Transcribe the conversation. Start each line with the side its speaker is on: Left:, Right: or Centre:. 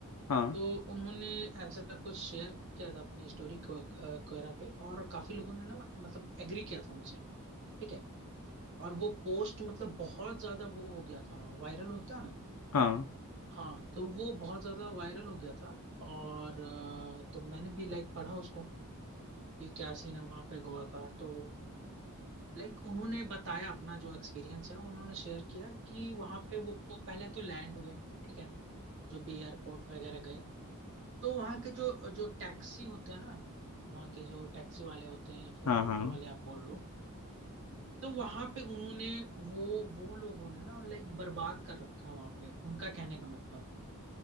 Left: हाँ
Right: तो उन्होंने ऐसा कुछ शेयर किया था अपनी स्टोरी वगैरह पे और काफी लोगों ने ना मतलब एग्री किया था उनसे ठीक है और वो पोस्ट मतलब बहुत ज्यादा वो हो गया था वायरल होता है ना
Left: हाँ
Right: हाँ तो वो बहुत ज्यादा वायरल हो गया था और अ, तो मैंने भी लाइक पढ़ा उसको कि क्या सीन है वहाँ पे गोवा का तो लाइक उन्होंने बताया अपना जो एक्सपीरियंस है उन्होंने शेयर किया कि वहां पे वो वो पहले तो लैंड हुए ठीक है जो भी एयरपोर्ट वगैरह गए तो वहाँ के जो जो टैक्सी होता है ना वहाँ के जो टैक्सी वाले होते हैं या फिर
Left: हाँ
Right: ऑटो
Left: हाँ
Right: वाले आप बोल लो तो वहां पे उन्होंने वो वो लोगों ने ना लाइक बर्बाद कर रखा है वहां पे उनका कहने का मतलब है